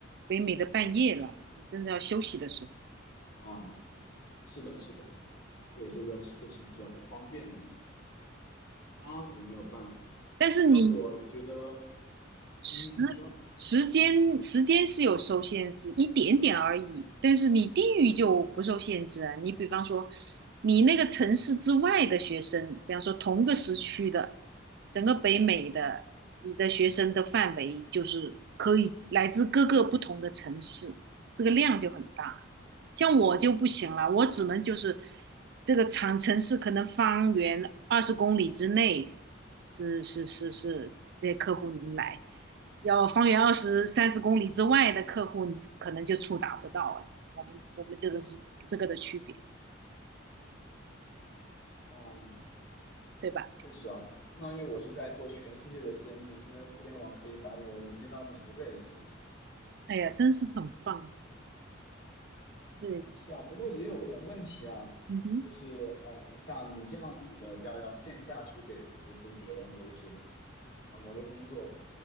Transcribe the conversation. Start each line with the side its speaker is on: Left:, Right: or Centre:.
Right: 北美的半夜了，你真的要休息的时候。
Left: 嗯，是的，是的，对，这个这是比较不方便的地方，当然也没有办法。
Right: 但是你
Left: 还有我觉得，
Right: 时
Left: 嗯，你说，
Right: 时间时间是有受限制，一点点而已。但是你地域就不受限制啊。你比方说，你那个城市之外的学生，比方说同个时区的，整个北美的，你的学生的范围就是可以来自各个不同的城市，这个量就很大。像我就不行了，我只能就是这个长城市可能方圆二十公里之内是是是是这些客户能来。要方圆二十三十公里之外的客户，你可能就触达不到了。我们我们这个是这个的区别，
Left: 哦，
Right: 对吧？
Left: 确实啊，相当于我是在做全世界的生意，因为互联网可以把我连接到每一个人身上。
Right: 哎呀，真是很棒。对，
Left: 哦是啊，不过也有一点问题啊，
Right: 嗯哼。
Left: 就是呃，像你这样子的，叫要线下去给就是别人就是按摩的工作，